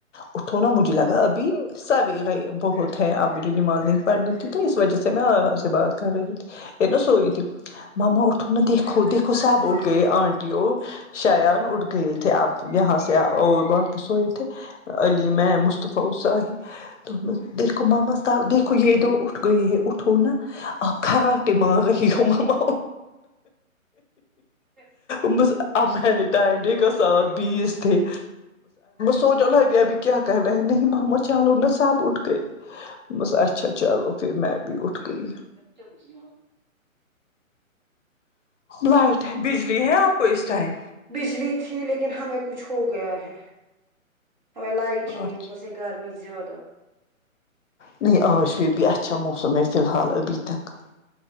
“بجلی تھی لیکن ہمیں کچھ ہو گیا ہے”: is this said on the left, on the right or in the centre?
Right